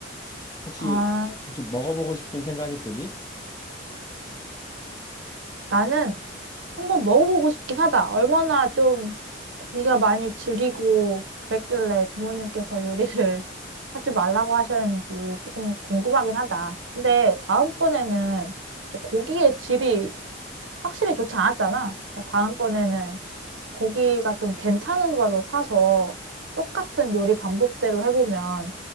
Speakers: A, on the left; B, on the right.
A: 혹시,
B: 아,
A: 혹시 먹어보고 싶은 생각이 드니?
B: 나는 한번 먹어보고 싶긴 하다. 얼마나 좀 고기가 많이 질기고 그랬길래 부모님께서 요리를 <laughs> 하지 말라고 하셨는지 조금 궁금하긴 하다. 근데 다음번에는 고기의 질이 확실히 좋지 않았잖아. 그러니까 다음번에는 고기가 좀 괜찮은 거로 사서 똑같은 요리 방법대로 해보면